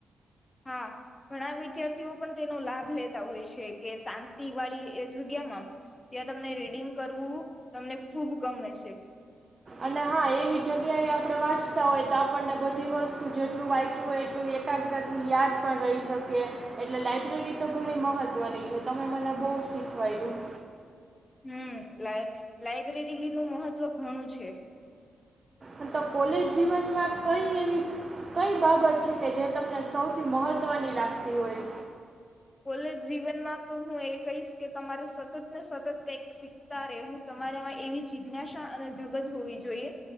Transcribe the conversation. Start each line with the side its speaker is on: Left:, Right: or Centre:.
Left: હા ઘણા વિદ્યાર્થીઓ પણ તેનો લાભ લેતા હોય છે કે શાંતિ વાળી એ જગ્યામાં ત્યાં તમને રીડિંગ કરવું તમને ખૂબ ગમે છે
Right: અને હા એવી જગ્યાએ આપણે વાંચતા હોય તો આપણને બધી વસ્તુ જેટલું વાંચવું હોય એટલું એકાગ્ર થી યાદ પણ રહી શકે એટલે લાઈબ્રેરી તો ઘણી મહત્વની છે તમે મને બહુ શીખવાયું
Left: હમ્મ, લાઈ લાઈબ્રેરીનું મહત્ત્વ ઘણું છે.
Right: પણ તો કોલેજ જીવનમાં કઈ એવી સ કઈ બાબત છે કે જે તમને સૌથી મહત્ત્વની લાગતી હોય?
Left: કોલેજ જીવનમાં તો હું એ કહીશ કે તમારે સતત ને સતત કઈક શીખતા રહેવું, તમારેમાં એવી જિજ્ઞાસા અને ધગજ હોવી જોઈએ,